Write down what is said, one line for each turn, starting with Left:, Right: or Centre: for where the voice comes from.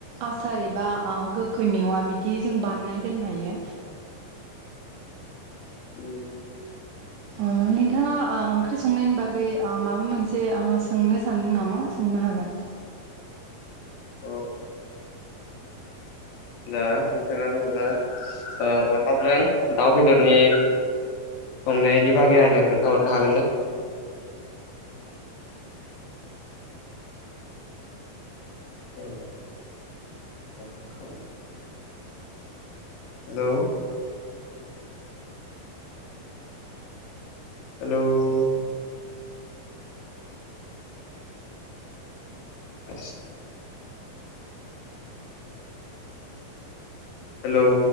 Right: आसार एबा आ गोखै मेवा बिदि खि जों बानायना दोननो हायो।
Left: उम
Right: ओ नोंथाङा ओ ओंख्रि संनायनि बागै ओ माबा मोनसे ओ सोंनो सानदों नामा सोंनो हागोन।
Left: औ अब्ला नोंथाङा माबा ओ अनलाजों दाउ बेदरनि संनायनि बागै आनो खोनथा हरनो हागोन ना? औ <unintelligible> हेल' हेलौ <unintelligible> हेलौ